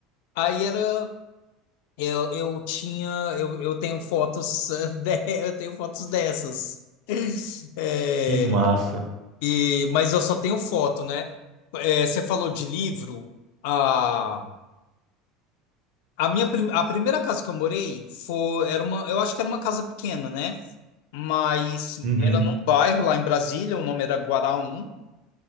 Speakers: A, on the left; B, on the right.
A: aí era eu, eu tinha eu, eu tenho fotos eh, de- <laughs> eu tenho fotos dessas. <laughs> É,
B: Que massa.
A: e, mas eu só tenho foto, né? É, você falou de livro. A, a minha prim- a primeira casa que eu morei foi, era uma, eu acho que era uma casa pequena, né? mas
B: Uhum,
A: era num bairro lá em Brasília, o nome era Guaraum.